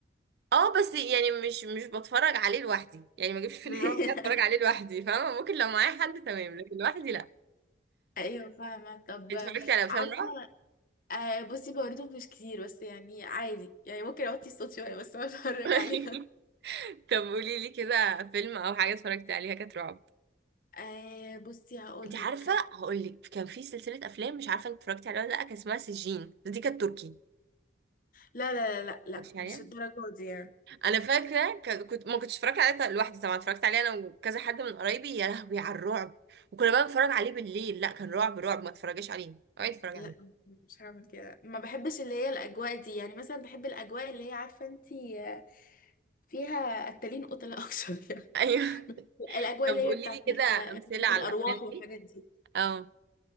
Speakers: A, on the right (about 60°); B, on the left (about 45°).
A: اه بس يعني مش مش بتفرج عليه لوحدي يعني ما اجيبش فيلم
B: <laughs>
A: رعب كده اتفرج عليه لوحدي فاهمة ممكن لو معايا حد تمام لكن لوحدي لا
B: ايوه فاهمه طب
A: اتفرجتي على افلام
B: عارفه
A: رعب
B: آه بصي برضه مش كتير بس يعني عادي يعني ممكن اوطي الصوت شويه بس أنا اتفرج
A: <laughs>
B: عليها
A: طب قولي لي كده فيلم او حاجه اتفرجتي عليها كانت رعب
B: آه بصي هقول
A: انت عارفه
B: لك
A: هقول لك كان في سلسله افلام مش عارفه انت اتفرجتي عليها ولا لا كان اسمها سجين دي كانت تركي
B: لا لا لا لا لا
A: اتفرجتي عليها
B: مش الدرجه دي يعني
A: انا فاكره ك- كنت ما كنتش اتفرجت عليها لوحدي طبعا اتفرجت عليها انا وكذا حد من قرايبي يا لهوي على الرعب وكنا بقى بنتفرج عليه بالليل لا كان رعب رعب ما تتفرجيش عليه اوعي تتفرجي
B: لا
A: عليه
B: مش هعمل كده ما بحبش اللي هي الاجواء دي يعني مثلا بحب الاجواء اللي هي عارفه انتي آه، فيها قتالين قتلة اكتر <laughs>
A: ايوه <laughs>
B: يعني الاجواء
A: طب
B: اللي
A: قولي
B: هي بتاعت
A: لي كده
B: ال-
A: امثله على
B: الارواح
A: الافلام
B: والحاجات
A: دي
B: دي
A: اه